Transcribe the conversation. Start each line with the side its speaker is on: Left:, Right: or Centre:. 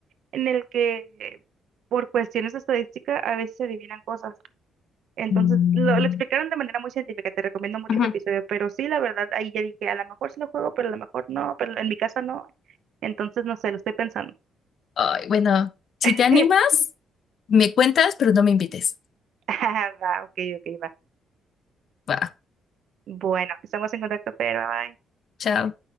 Right: en el que por cuestiones de estadística a veces se adivinan cosas. Entonces,
Left: Mm,
Right: lo, lo explicaron de manera muy científica, te recomiendo mucho
Left: Ujú.
Right: el episodio, pero sí, la verdad, ahí ya dije, a lo mejor sí lo juego, pero a lo mejor no, pero en mi casa no. Entonces, no sé, lo estoy pensando.
Left: Ay, bueno, si
Right: <laughs>
Left: te animas, me cuentas, pero no me invites.
Right: Ah, va, ok, ok, va.
Left: Va,
Right: Bueno, estamos en contacto, pero bye.
Left: chao.